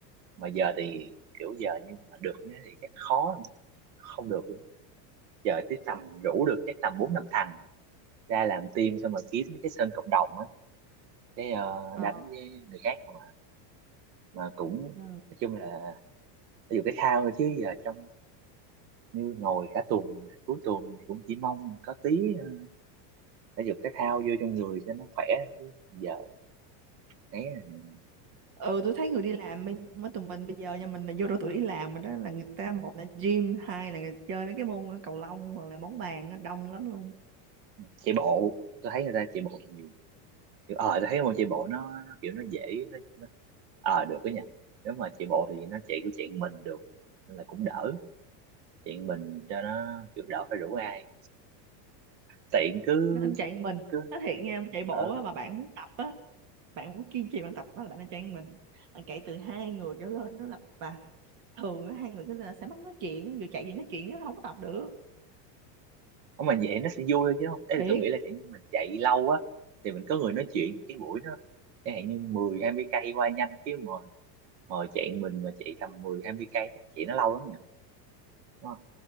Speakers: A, on the right; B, on the right.
A: mà giờ thì kiểu giờ nhưng mà được như thế thì chắc khó lắm. không được luôn giờ tới tầm rủ được chắc tầm bốn năm thằng ra làm team xong rồi kiếm mấy cái sân cộng đồng á cái ờ,
B: ờ
A: đánh với người khác không à mà cũng
B: ừ.
A: nói chung là ví dụ cái khao thôi chứ giờ trong như ngồi cả tuần cuối tuần thì cũng chỉ mong có tí ờ, thể dục thể thao vô trong người cho nó khỏe chứ giờ ấy à.
B: ừ tôi thấy người đi làm mới mới tụi mình bây giờ nha mình là vô độ tuổi đi làm mà đó là người ta một là gym hai là chơi mấy cái môn cầu lông hoặc là bóng bàn á, đông lắm luôn
A: chạy bộ tôi thấy người ta chạy bộ nhiều kiểu ờ tôi thấy môn chạy bộ nó, nó kiểu nó dễ nó, nó ờ được đó nha nếu mà chạy bộ thì nó chạy kiểu chạy mình được nên là cũng đỡ chạy mình cho nó kiểu đỡ phải rủ ai tiện cứ
B: nó hình chạy mình
A: cứ
B: nó thiệt nha chạy bộ
A: ờ
B: á, mà bạn muốn tập á bạn muốn kiên trì bạn tập á là bạn nên chạy mình bạn chạy từ hai người trở lên nó là và thường á hai người trở lên sẽ mất nói chuyện á, vừa chạy gì nói chuyện nó không có tập được
A: không mà vậy nó sẽ vui thôi chứ không Thế
B: thiệt
A: là tôi nghĩ là kiểu như mình chạy lâu á thì mình có người nói chuyện thì cái buổi nó chẳng hạn như mười hai mươi cây qua nhanh chứ mà ngồi chạy mình mà chạy tầm mười hai mươi cây chắc chạy nó lâu lắm nhỉ đúng không